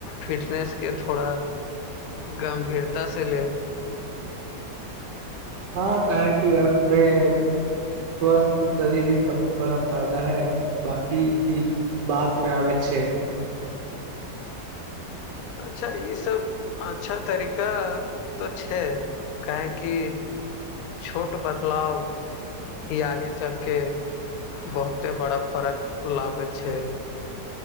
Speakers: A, on the left; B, on the right.
A: फिटनेसके थोड़ा- गम्भीरतासे लेब
B: हँ, तॅं <unintelligible> स्वस्थ शरीर ही सबसे बड़ा फायदा है बांकी चीज बाद पे आबे छै
A: अच्छा ई सब अच्छा तरीका तॅं छै काहे की छोट बदलाव- ई आगे चलके बहुते बड़ा फरक लाबै छै